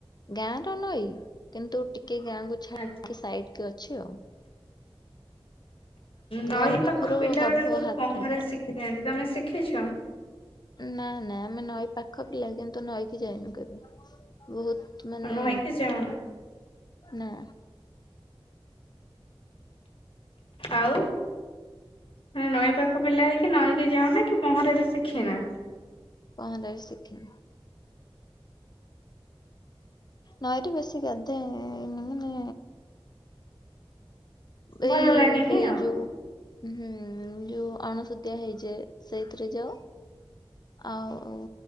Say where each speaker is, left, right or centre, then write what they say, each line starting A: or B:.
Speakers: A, on the left; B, on the left.
A: ଗାଁ ର ନଈ କିନ୍ତୁ ଟିକେ ଗାଁକୁ ଛାଡିକି
B: ଆଚ୍ଛା।
A: ସାଇଟ୍ କି ଅଛି ଆଉ।
B: ନଈ
A: ଘର ପାଖରୁ
B: ପାଖ ପିଲା
A: ହବ
B: ଗୁଡା ବହୁତ
A: ହାଫ୍
B: ପହଁରା
A: କିଲୋମିଟର।
B: ଶିଖିଥାନ୍ତି, ତମେ ଶିଖିଛ?
A: ନା-ନା ଆମେ ନଈ ପାଖ ପିଲା କିନ୍ତୁ ନଈକି ଯାଇନୁ କେବେ, ବହୁତ୍ ମାନେ
B: ନଈକି ଯାଅନା
A: ନା।
B: ଆଉ? ମାନେ ନଈ ପାଖ ପିଲା ହେଇକି ନଈକି ଯାଉନା କି ପହଁରା ବି ଶିଖିନା?
A: ପହଁରା ବି ଶିଖିନି। ନଈ ରେ ବେଶୀ ଗାଧାଏନି, ମାନେ ଏଇ
B: ଭଲ ଲାଗେନି
A: ହୁଏ
B: ଆଉ।
A: ଯୋଉ ହୁଁ, ଯୋଉ ଅଣୁସୁଦିଆ ହେଇଯାଏ ସେଇଥିରେ ଯାଉ। ଆଉ